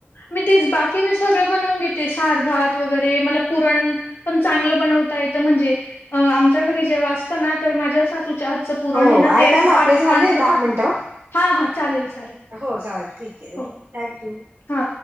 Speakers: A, on the left; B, on the right.
A: मी तेच बाकी मी सगळं बनवून घेते सारभात वगैरे मला पुरण पण चांगलं बनवता येत म्हणजे आमच्या घरी जेव्हा असत ना तर माझ्या सासूच्या आजच पुरण
B: हो
A: ये ना
B: ऐका
A: ते अस पाच
B: आपले झाले दहा मिनिटं
A: हा हा चालेल चालेल
B: हो चालेल ठीक आहे
A: हो
B: ओके थँक यू
A: हा